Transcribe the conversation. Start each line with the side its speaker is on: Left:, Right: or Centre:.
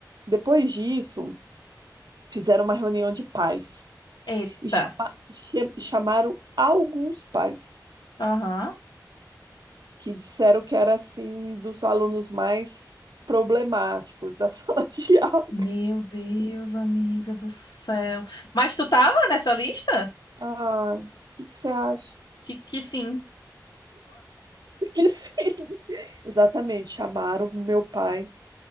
Right: Depois disso. Fizeram uma reunião de pais
Left: Eita.
Right: e chama- che- chamaram alguns pais
Left: Aham.
Right: que disseram que era assim dos alunos mais problemáticos da <laughs> sala de aula.
Left: Meu Deus, amiga do céu. Mas tu tava nessa lista?
Right: Ai, o que que você acha?
Left: Que que sim.
Right: Que sim. Exatamente, chamaram o meu pai.